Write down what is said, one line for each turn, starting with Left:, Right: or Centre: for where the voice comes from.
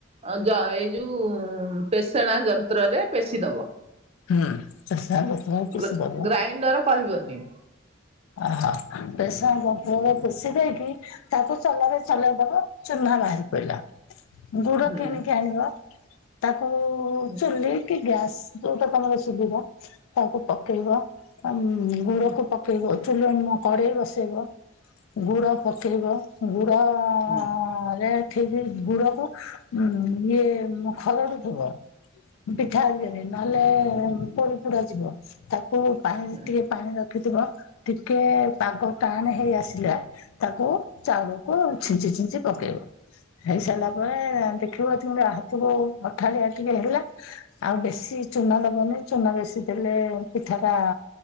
Right: ଅଯ ଏଇ ଯୋଉ ପେଷଣା ଯନ୍ତ୍ରରେ ପେଶି ଦବ।
Left: ହୁଁ ପେଷଣା ଯନ୍ତ୍ର ରେ ପେଶୀ
Right: ଗ୍ରା
Left: ଦେବ।
Right: ଗ୍ରାଇଣ୍ଡର କହିବନି।
Left: ଓହୋ ପେସେଣା ଯନ୍ତ୍ ରେ ପେଶୀ ଦେଇକି ତାକୁ ଚଲାରେ ଚଲେଇ ଦବ ଚୁନା ବାହାରି ପଡିଲା ଗୁଡ
Right: ହୁଁ
Left: କିଣିକି ଆଣିବ। ତାକୁ
Right: ହୁଁ
Left: ଚୁଲି କି ଗ୍ୟାସ ଯୋଉଟା ତମର ସୁବିଧା ତାକୁ ପକେଇବ। ତାମ୍ ଗୁଡକୁ
Right: ହୁଁ
Left: ପକ୍ ଚୁଲ ନୂଆ କଡ଼େଇ ବସେଇବ ଗୁଡ଼ ପକେଇବ ଗୁଡ଼ ଅଁ ଅଁ ଅଁ
Right: ହୁଁ
Left: ଅଁ ଅଁ ରେ ଠିକ୍ ଗୁଡ଼ାକୁ ଉଁ ଇଏ ଖରଡୁଥିବ। ପିଠା ଆଙ୍ଗରେ ନହେଲେ ପୋଡ଼ି ପୋଡ଼ା ଯିବ ତା କୁ ପାଣିରେ
Right: ହୁଁ
Left: ଟିକେ ପାଣି ରଖିଥିବ ଟିକେ ପାଗ ଟାଣ ହେଇ ଆସିଲେ। ତାକୁ ଚାଉଳକୁ ଛିଞ୍ଚି ଛିଞ୍ଚି ପକେଇବ। ହେଇସାରିଲା ପରେ ଦେଖିବ ତମତି ହାତକୁ ଅଠାଳିଆ ଟିକେ ହେଲା ଆଉ ବେଶୀ ଚୁନା ଦବନି ଚୁନା ବେଶୀ ଦେଲେ ପିଠ ଟା